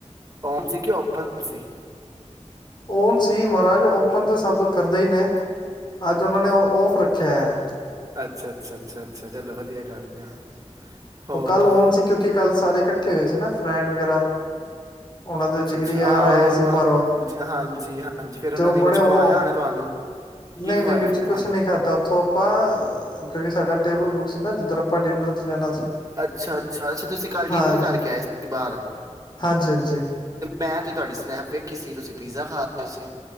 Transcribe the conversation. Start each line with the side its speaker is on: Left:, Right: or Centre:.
Right: ਓਨ ਸੀ, ਕਿ ਓਪਨ ਸੀ?
Left: ਓਨ ਸੀ ਮਹਾਰਾਜ, ਓਪਨ ਤੇ ਸਭ ਕਰਦੇ ਹੀ ਨੇ। ਅੱਜ ਉਹਨਾਂ ਨੇ ਔਫ ਰੱਖਿਆ ਐ।
Right: ਅੱਛਾ, ਅੱਛਾ, ਅੱਛਾ, ਅੱਛਾ ਚਲੋ ਵਧੀਆ ਗੱਲ ਹੈ ਹੋਰ
Left: ਉਹ ਕੱਲ ਓਨ ਸੀ ਕਿਉਂਕਿ ਕੱਲ ਸਾਰੇ ਇਕੱਠੇ ਹੋਏ ਸੀ ਨਾ ਫਰੈਂਡ ਵਗੈਰਾ। ਓਨਾਂ ਦੇ
Right: ਅੱਛਾ
Left: ਜਿਗਰੀ
Right: ਅੱਛਾ
Left: ਯਾਰ
Right: ਹਾਂ
Left: ਆਏ ਸੀ
Right: ਉਹ-
Left: ਬਾਰੋ,
Right: ਜ- ਹਾਂਜੀ ਹਾਂਜੀ ਫਿਰ
Left: ਤੇ
Right: ਉਹਨਾਂ ਨੇ
Left: ਬੜੇ
Right: ਕੁਝ
Left: ਉਹ
Right: ਖਵਾਇਆ ਹੋਣਾ ਤੁਹਾਨੂੰ ਕੀ
Left: ਨਈ-ਨਈ
Right: ਖਵਾਇਆ
Left: ਵੀਰ ਜੀ,
Right: ਫਿਰ
Left: ਕੁੱਛ
Right: ਤੁਹਾਨੂੰ
Left: ਨੀ ਖਾਧਾ। ਓ ਆਪਾਂ ਕਿਉਂਕਿ ਸਾਡਾ ਟੇਬਲ ਬੁੱਕ ਸੀ ਨਾ, ਜਿੱਧਨ ਆਪਾਂ ਡਿਨਰ ਤੇ ਜਾਨਾ ਸੀ।
Right: ਅੱਛਾ, ਅੱਛਾ, ਅੱਛਾ ਤੁਸੀਂ ਕੱਲ ਡਿਨਰ
Left: ਹਾਂਜੀ
Right: ਕਰਕੇ ਆਏ ਸੀ ਬਾਰ।
Left: ਹਾਂਜੀ ਹਾਂਜੀ
Right: ਮੈਂ ਤੇ ਤੁਹਾਡੀ ਸਨੈਪ ਵੇਖੀ ਸੀ, ਤੁਸੀਂ ਪੀਜ਼ਾ ਖਾ ਰਹੇ ਸੀ।